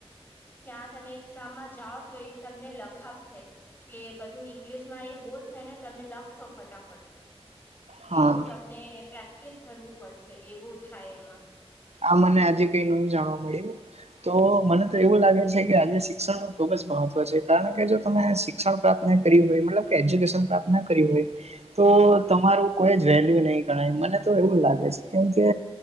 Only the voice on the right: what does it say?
હા
આ મને આજે કઈ નવું જાણવા મળ્યું તો મને તો એવું લાગે છે કે આજે શિક્ષણ નું ખુબ જ મહત્વ છે કારણ કે જો તમે સી શિક્ણ પ્રાપ્ત્યું હોય એજ્યુકેશન પ્રાપ્ત કર્યું હોય તો તમારું કોઈ જ વેલ્યુ નહી ગણાય મને તો એવું લાગે છે કેમકે